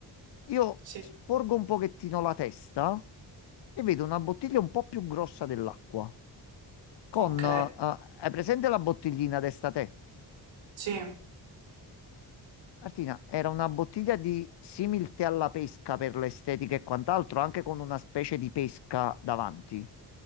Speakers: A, on the left; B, on the right.
A: Io
B: sì.
A: sporgo un pochettino la testa e vedo una bottiglia un po' più grossa dell'acqua. Con,
B: Ok,
A: eh, hai presente la bottiglina testa te?
B: sì,
A: Martina, era una bottiglia di similte alla pesca per l'estetica e quant'altro, anche con una specie di pesca davanti.